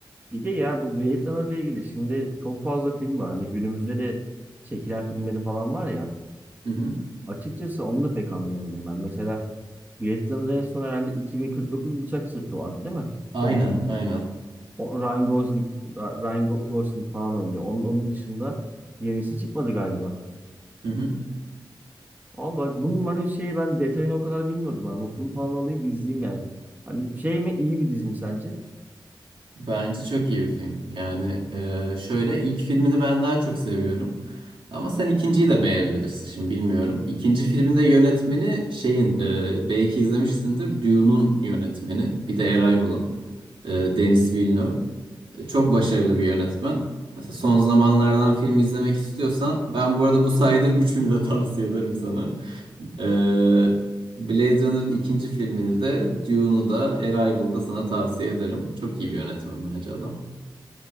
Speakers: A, on the right (about 20°); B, on the right (about 85°).
A: Bir de ya bu Blade Runner ile ilgili şimdi çok fazla film var. Hani günümüzde de çekilen filmleri falan var ya.
B: Hı hı.
A: Açıkçası onu da pek anlayamadım ben. Mesela Blade Runner en son herhalde 2049 Bıçak Sırtı vardı değil mi? Son
B: Aynen,
A: film.
B: aynen.
A: O Ryan Gosling, Ryan Go- Gosling falan oynuyor. Onun, onun dışında yenisi çıkmadı galiba.
B: Hı hı.
A: Al bak bunun hani şey ben detayını o kadar bilmiyordum. Ha. Notumu falan alayım bir izleyeyim yani. Hani şey mi iyi bir dizim sence?
B: Bence çok iyi bir film. Yani e, şöyle ilk filmini ben daha çok seviyorum. Ama sen ikinciyi de beğenebilirsin şimdi bilmiyorum. İkinci filminde yönetmeni şeyin e, belki izlemişsindir Dune'un yönetmeni. Bir de Arrival'ın e, Denis Villeneuve. E, Çok başarılı bir yönetmen. Mesela son zamanlardan film izlemek istiyorsan ben bu arada bu saydığım üçünü de <laughs> tavsiye ederim sana. Ee, Blade Runner'ın ikinci filmini de Dune'u da Arrival'da sana tavsiye ederim. Çok iyi bir yönetmen bence adam.